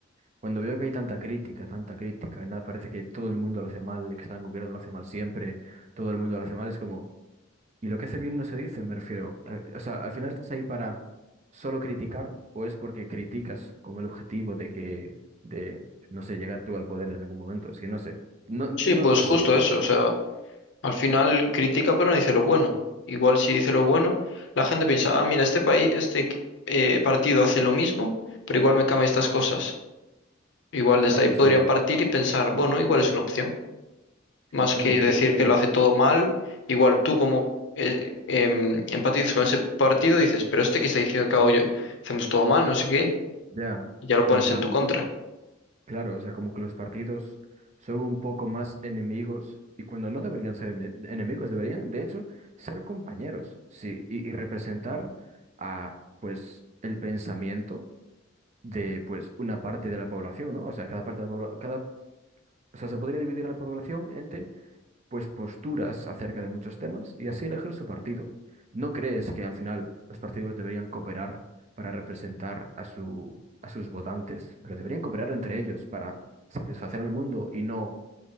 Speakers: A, on the right; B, on the left.
A: Cuando veo que hay tanta crítica, tanta crítica, nada, parece que todo el mundo lo hace mal, que está en gobierno lo hace mal siempre, todo el mundo lo hace mal, es como, ¿y lo que hace bien no se dice? Me refiero. Eh, O sea, al final estás ahí para solo criticar o es porque criticas con el objetivo de que, de, no sé, llegar tú al poder en algún momento, es que no sé, no, no,
B: Sí, pues
A: no
B: justo
A: sé, eh, pero
B: eso, o sea, al final critica pero no dice lo bueno. Igual si dice lo bueno, la gente piensa, ah, mira, este país, este eh, partido hace lo mismo, pero igual me cambia estas cosas. Igual desde
A: claro,
B: ahí podría
A: o sea,
B: partir y pensar, bueno, igual es una opción. más
A: claro,
B: que
A: yo
B: decir
A: creo que
B: que lo hace todo mal, igual tú como eh, em, empatizas con ese partido, dices, pero este que está diciendo que hago yo, hacemos todo mal, no sé qué,
A: ya,
B: y ya lo
A: en
B: pones
A: plan...
B: en tu contra.
A: Claro, o sea, como que los partidos son un poco más enemigos y cuando no deberían ser eme- enemigos, deberían de hecho ser compañeros, sí, y, y representar a pues el pensamiento de pues una parte de la población, ¿no? O sea, cada parte de la población, cada, o sea, se podría dividir la población pues posturas acerca de muchos temas y así elegir su partido. ¿No crees que al final los partidos deberían cooperar para representar a su, a sus votantes, pero deberían cooperar entre ellos para satisfacer al mundo y no,